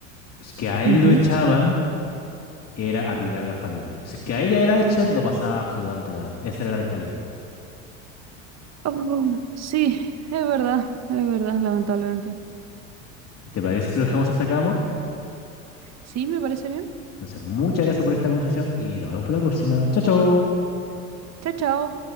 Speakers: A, on the left (about 40°); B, on the right (about 40°).
A: Es que a él
B: Ujú.
A: lo echaban, era arruinar una familia. Si es que a ella la echan, no pasaba absolutamente nada. Esa era la mentalidad.
B: Oh, sí, es verdad, es verdad, lamentablemente.
A: ¿Te parece si lo dejamos hasta acá, amor?
B: Sí, me parece bien.
A: Entonces, muchas gracias por esta conversación y nos vemos para la próxima. Chao, chao.
B: Chao, chao.